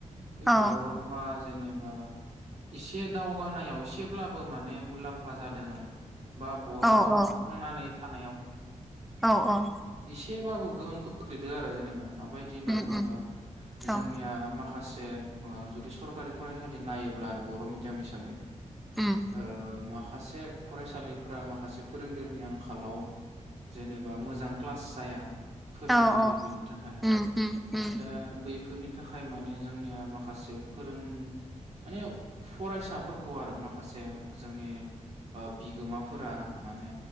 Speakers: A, on the right (about 60°); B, in the centre.
A: बे
B: औ
A: बर' रावा जेनेब बा एसे दावगानायाव एसेब्लाबो माने मुलाम्फा जादों आरो। बा बर'
B: औ
A: रावा थांनानै थानायाव
B: औ औ
A: सेबाबो गोहोम खोखैदो आरो जेनेबा। मा बायदि होनना
B: उम
A: बुङोबा
B: उम
A: जोंनिया
B: औ
A: माखासे जे ओ जुदि सरकारि फरायसालि नायोब्ला आरो बर' मिडियाम हिसाबै ओ
B: उम
A: मा खासे फरायसालिफ्रा माखासे फोरोंगिरिनि आंखालाव जेनेबा मोजां क्लास जाया। फोरोंगिरि
B: औ औ
A: गैयिनि थाखाय
B: उम उम उम
A: दा बैफोरनि थाखाय माने जोंनिया माखासे फोरों माने फरायसाफोरखौ आरो माखासे जोंनि ओ बिगोमाफोरा माने